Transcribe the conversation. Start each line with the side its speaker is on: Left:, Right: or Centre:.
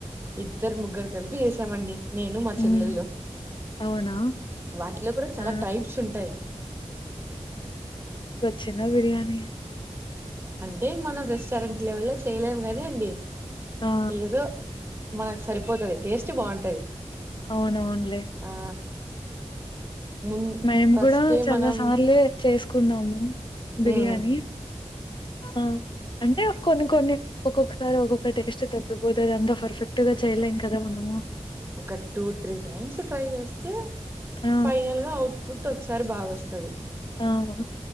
Right: ఇద్దరు ముగ్గురు కలిపి చేసామండి నేను మా
Left: హ్మ్.
Right: చెల్లెల్లో
Left: అవునా?
Right: వాటిలో కూడా చాలా
Left: ఆ!
Right: టైప్స్ ఉంటాయి
Left: చిన్న బిర్యానీ
Right: అంటే మనం రెస్టారెంట్ లెవెల్లో చేయలేము గాని అండి
Left: ఆ!
Right: ఏదో మనకు సరిపోతది టేస్ట్ బాగుంటది
Left: అవునవునులే
Right: ఆ మున్
Left: మేము
Right: ఫస్టే
Left: కూడా చాలా
Right: మనం
Left: సార్లు చేసు కున్నాము బిర్యానీ
Right: మ్
Left: ఆ అంటే కొన్ని కొన్ని ఒక్కొక్కసారి ఒక్కొక్క టేస్ట్ తప్పపోతుంది అంత పర్ఫెక్ట్ గా చేయలేం కదా మనము
Right: ఒక టూ త్రీ టైమ్స్ ట్రై చేస్తే
Left: ఆ!
Right: ఫైనల్ గా ఔట్పుట్ ఒకసారి బాగా వస్తుంది తాది
Left: ఔను